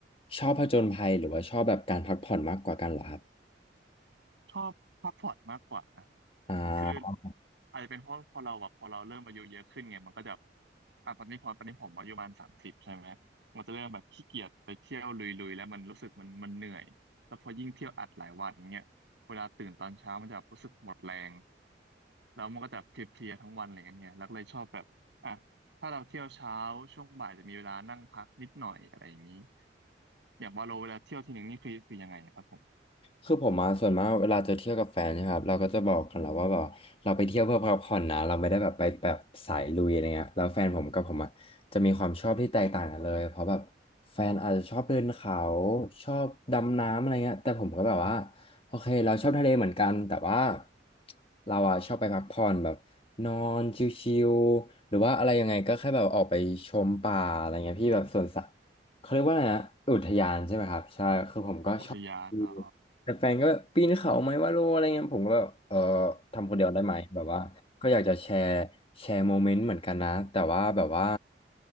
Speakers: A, on the left; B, on the right.
A: ชอบผจญภัยหรือว่าชอบแบบการพักผ่อนมากกว่ากันเหรอครับ
B: ชอบพักผ่อนมากกว่า
A: อ่า
B: คืออาจจะเป็นเพราะพอเราแบบพอเราเริ่มอายุเยอะขึ้นไงมันก็จะอ่ะตอนนี้พอตอนนี้ผมอายุประมาณสามสิบใช่ไหมมันจะเริ่มแบบขี้เกียจไปเที่ยวลุยๆแล้วมันรู้สึกมันมันเหนื่อยแล้วพอยิ่งเที่ยวอัดหลายวันเนี่ยเวลาตื่นตอนเช้ามันจะรู้สึกหมดแรงแล้วมันก็จะเพลียๆทั้งวันอะไรเงี้ยไงแล้วก็เลยชอบแบบอ่ะถ้าเราเที่ยวเช้าช่วงบ่ายจะมีเวลานั่งพักนิดหน่อยอะไรอย่างนี้อย่างว่าเราเวลาเที่ยวทีหนึ่งนี่คือคือยังไงครับผม
A: คือผมมาส่วนมากเวลาจะเที่ยวกับแฟนเนะครับเราก็จะบอกกันแล้วว่าแบบเราไปเที่ยวเพื่อพักผ่อนนะเราไม่ได้แบบไปแบบสายลุยอะไรเงี้ยแล้วแฟนผมกับผมอ่ะจะมีความชอบที่แตกต่างกันเลยเพราะแบบแฟนอาจจะชอบเดินเขาชอบดำน้ำอะไรเงี้ยแต่ผมก็แบบว่าโอเคเราชอบทะเลเหมือนกันแต่ว่าเราอ่ะชอบไปพักผ่อนแบบนอนชิลๆหรือว่าอะไรยังไงก็แค่แบบออกไปชมป่าอะไรเงี้ยพี่แบบสวนสัตว์เขาเรียกว่าอะไรนะอุทยานใช่ไหมครับใช่คือผมก็ชอบ
B: อุทยานอ๋อ
A: แต่แฟนก็แบบปีนเขาไหมว่าโลอะไรเงี้ยผมก็แบบเออทำคนเดียวได้ไหมแบบว่าก็อยากจะแชร์แชร์โมเมนต์เหมือนกันนะแต่ว่าแบบว่า